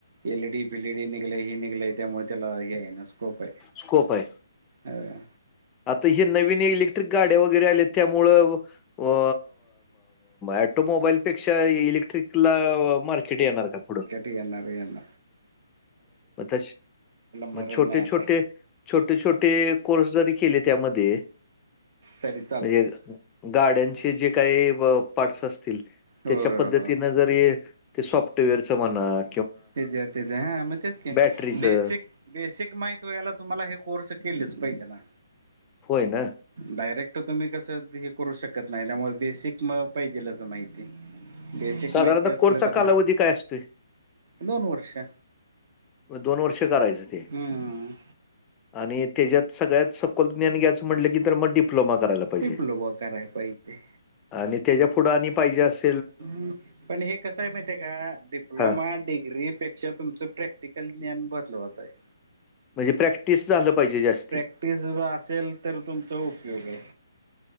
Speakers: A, on the right (about 55°); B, on the left (about 15°).
A: एल डी फिलडी निघलय हे निघलय त्यामुळे त्याला... हे आहे ना स्कोप आहे.
B: स्कोप आहे.
A: अ..
B: आता हे नवीन इलेक्ट्रिक गाड्या वगैरे आल्या त्यामुळ.. अ ऑटोमोबाईलपेक्षा इलेक्ट्रिक.. टला मार्केट येणार का पुढं?
A: डी एन आ व एन..
B: पतश‌...
A: मरण
B: मग छोटे-
A: नाही आता
B: छोटे, छोटे -छोटे कोर्स जरी केले त्यामध्ये.
A: तरी चालतंय.
B: म्हणजे गाड्यांचे जे काही पार्टस असतील
A: हो
B: त्याच्या पद्धतीन
A: हो
B: जर हे... ते सॉफ्टवेअरचं म्हनात..
A: तेजा तेजा हा म... बेसिक
B: बॅटरीचं
A: बेसिक माहित व याला तुम्हाला हे कोर्स केलेच पाहिजे ना.
B: होय ना.
A: डायरेक्ट तुम्ही कस हे करू शकत नाही त्यामुळे बेसिक म पाहिजेलं माहिती. बेसिक
B: साधारणतः
A: माहिती असलं
B: कोर्सचा
A: तर,
B: कालावधी काय असतोय?
A: दोन वर्ष.
B: म दोन वर्ष करायचं. ते
A: हम्ममम.
B: आणि त्याच्यात सगळ्यात सोकोल ज्ञान घ्यायच म्हटलं की तर मग डिप्लोमा करायला. पाहिजे
A: डिप्लोबा कराय पाहिजे.
B: आणि त्याच्या पुढं आणि पाहिजे अस..
A: ह् पण हे कसं आहे माहिती आहे का डिप्लोमा...
B: हां,
A: डिग्रीपेक्षा तुमचं प्रॅक्टिकल ज्ञान बदलवायचं आहे.
B: म्हणजे प्रॅक्टिस झालं पाहिजे जास्ती.
A: तेज असेल तर तुमचा उपयोग हे.